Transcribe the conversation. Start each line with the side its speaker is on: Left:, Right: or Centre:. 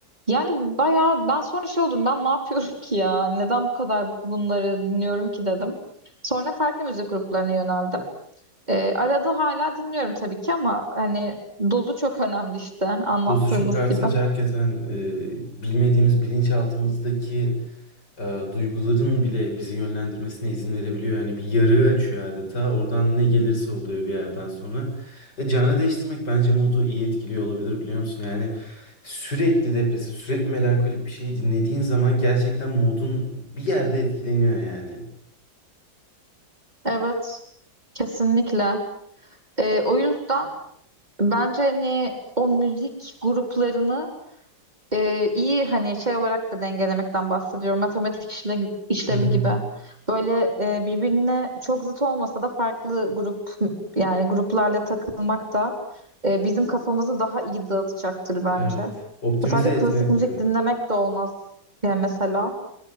Right: Yani bayağı ben sonra şey oldum ben ne yapıyorum ki ya? Neden bu kadar bunları dinliyorum ki dedim. Sonra farklı müzik gruplarına yöneldim. Ee, arada hala dinliyorum tabii ki ama hani dozu çok önemli işte anlattığımız
Left: Dozu çok artınca
Right: gibi.
Left: hakikaten e, bilmediğimiz bilinçaltımızdaki e, duyguların bile bizi yönlendirmesine izin verebiliyor. Yani bir yarığı açıyor adeta. Oradan ne gelirse oluyor bir yerden sonra. E, canı değiştirmek bence modu iyi etkiliyor olabilir biliyor musun? Yani sürekli depresif, sürekli melankolik bir şeyi dinlediğin zaman gerçekten modun bir yerde etkileniyor yani.
Right: Evet kesinlikle. Ee, o yüzden... Bence hani o müzik gruplarını e, iyi hani şey olarak da dengelemekten bahsediyorum. Matematik işle, işlemi
Left: Hı hı.
Right: gibi. Böyle e, birbirine çok zıt olmasa da farklı grup yani gruplarla takılmak da e, bizim kafamızı daha iyi dağıtacaktır bence.
Left: Evet. Optimize
Right: Sadece klasik
Left: etme gibi.
Right: müzik dinlemek de olmaz yani mesela.